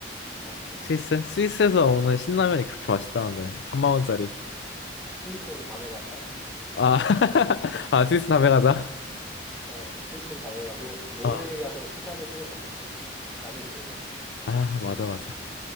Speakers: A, in the centre; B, on the left (about 70°).
A: 어,
B: 스위스 스위스에서 먹는 신라면이 그렇게 맛있다는데 3만 원짜리.
A: 스위스는 다음에 가자.
B: 아, <laughs> 아 스위스 다배 가자.
A: 어, 스위스는 다음에 가고 노르웨이
B: 어.
A: 가서 신라면 끓여서 먹자 우리가. 라면 챙겨.
B: 아, 맞아 맞아.